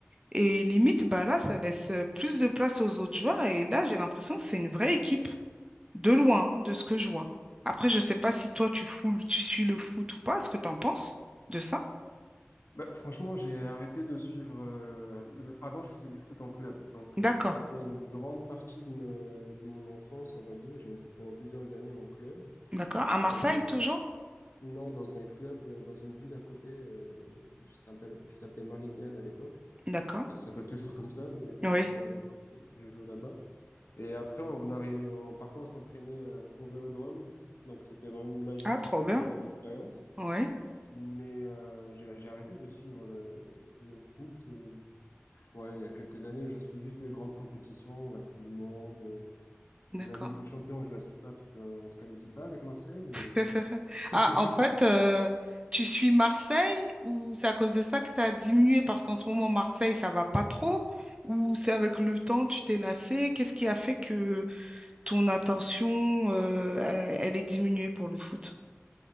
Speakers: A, on the right (about 20°); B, on the left (about 65°).
A: Et limite, bah là, ça laisse euh, plus de place aux autres joueurs. Et là, j'ai l'impression que c'est une vraie équipe, de loin, hein, de ce que je vois. Après, je sais pas si toi, tu fous, tu suis le foot ou pas. Est-ce que tu en penses de ça?
B: Bah, franchement, j'ai arrêté de suivre. euh, le... Avant, je faisais du foot en club, donc
A: D'accord.
B: euh, ça a été une grande partie de, me- de mon enfance, on va dire. J'en ai fait pendant plusieurs années en club.
A: D'accord. À Marseille,
B: Euh,
A: toujours?
B: non, dans un club, euh, dans une ville à côté, euh, qui s'appelle- qui s'appelait Marignane à l'époque.
A: D'accord.
B: Enfin, ça s'appelle toujours comme ça, mais en
A: Oui.
B: tout cas moi à l'époque, ça- je jouais là-bas. Et après, on arrivait, on- parfois on s'entraînait euh, au vélodrome, donc c'était vraiment magique,
A: Ah, trop
B: etc.,
A: bien.
B: comme expérience.
A: Oui.
B: Mais euh, j'ai j'ai arrêté de suivre le, le foot. euh, ouais, il y a quelques années, je suis juste les grandes compétitions, la Coupe du Monde, euh,
A: D'accord.
B: la Ligue des Champions, je la suis pas parce qu'on se qualifie pas avec Marseille. Mais
A: <laughs>
B: <laughs>
A: Ah, en fait, euh, tu suis Marseille ou c'est à cause de ça que tu as diminué parce qu'en ce moment, Marseille, ça va pas trop? Ou c'est avec le temps, tu t'es lassé? Qu'est-ce qui a fait que ton attention, euh, elle elle est diminuée pour le foot?